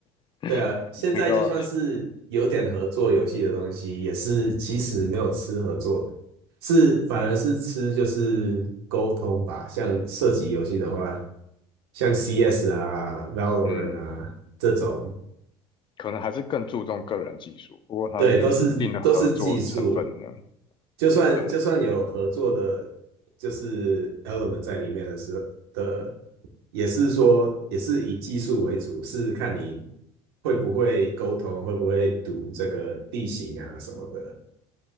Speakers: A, on the left; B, on the right.
A: <laughs>
B: 对啊，现在就算是有点合作游戏的东西，
A: 那个
B: 也是其实没有吃合作，是反而是吃就是沟通吧。像射击游戏的话，像 CS 啊、Valorant
A: 嗯，
B: 啊这种，
A: 可能还是更注重个人技术，不过它有一一定的合作成分呢，
B: 对，都是都是技术。就算就算有合作的，
A: 对。
B: 就是 element 在里面的时候的也是说，也是以技术为主，是看你会不会沟通，会不会读这个地形啊什么的。